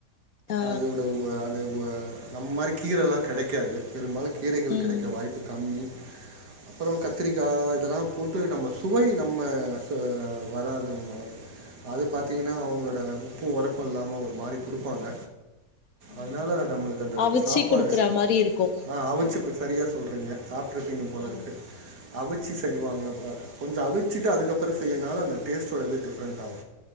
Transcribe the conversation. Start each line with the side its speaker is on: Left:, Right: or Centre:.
Left: ஆ
Right: அதோட உ அது உஅ நம்ம மாரி கீரல்லா கடைக்காது பெரும்பாலு கீரைகள்
Left: ம்
Right: கெடைக்க வாய்ப்பு கம்மி அப்புறோ கத்திரிக்கா இதெல்லா போட்டு நம்ம சுவை நம்ம க்கு வராதுங் மேடம் அது பாத்தீங்கன்னா
Left: ஓகே
Right: அவுங்களோட உப்பு ஒரப்பு இல்லாம ஒரு மாரி குடுப்பாங்க
Left: ம்
Right: அதனால நம்மளுக்கு அந்த
Left: அவிச்சி
Right: சாப்பாடு
Left: குடுக்குற மாரி இருக்கு
Right: ஆ அவுச்சி சரியா சொல்றீங்க சாப்ட்ருப்பீங்க போல
Left: ஆ
Right: இருக்கு அவுச்சு
Left: ம்
Right: செய்வாங்க அப கொஞ்சோ அவிச்சிட்டு அதுக்கப்புறோ செய்றதுனால அந்த டேஸ்டோ‌ட இது டிஃப்ரெண்ட் ஆவு